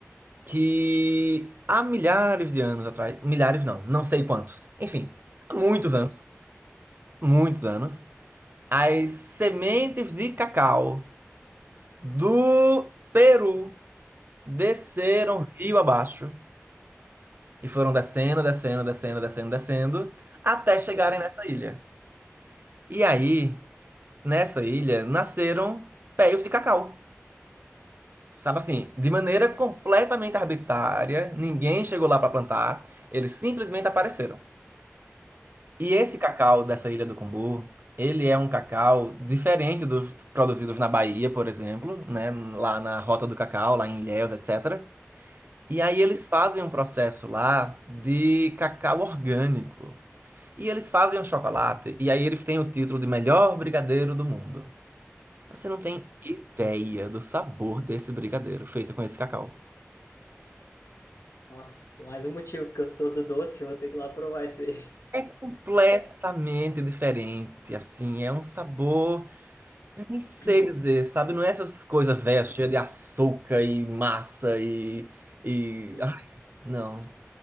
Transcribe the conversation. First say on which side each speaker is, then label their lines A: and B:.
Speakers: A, on the right; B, on the left.
A: que há milhares de anos atrás, milhares não, não sei quantos. Enfim, há muitos anos, muitos anos, as sementes de cacau do Peru desceram rio abaixo e foram descendo, descendo, descendo, descendo, descendo até chegarem nessa ilha. E aí, nessa ilha, nasceram pés de cacau. Sabe assim, de maneira completamente arbitrária, ninguém chegou lá para plantar, eles simplesmente apareceram. E esse cacau dessa ilha do Cumbu, ele é um cacau diferente dos produzidos na Bahia, por exemplo, né, lá na Rota do Cacau, lá em Ilhéus, etc. E aí eles fazem um processo lá de cacau orgânico. E eles fazem o chocolate, e aí eles têm o título de melhor brigadeiro do mundo. Você não tem ideia do sabor desse brigadeiro feito com esse cacau.
B: Nossa, mais um motivo, porque eu sou do doce, eu vou ter que ir lá provar esse.
A: É completamente diferente, assim, é um sabor, eu nem sei
B: <laughs>
A: dizer, sabe? Não é essas coisas velhas, cheias de açúcar e massa e, e...
B: Sim.
A: Ah, não.